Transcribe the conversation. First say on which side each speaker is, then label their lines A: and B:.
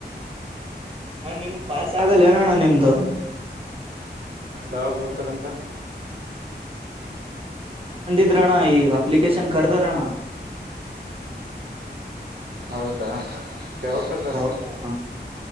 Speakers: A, on the right; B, on the right.
A: ಹ ನಿಮ್ದ ಪಾಸ್ ಆಗಲ್ಲಏನಣ್ಣ ನಿಮ್ದು
B: ಯಾವಾಗ್ ಬಿಡ್ತಾರಂತ
A: ಇದ್ರಣ್ಣ ಈಗ ಅಪ್ಲಿಕೇಶನ್ ಕರ್ದಾರಣ್ಣ
B: ಹೌದಾ ಯಾವಾಗ ಕರ್ದಾರ
A: ಹೌದಣ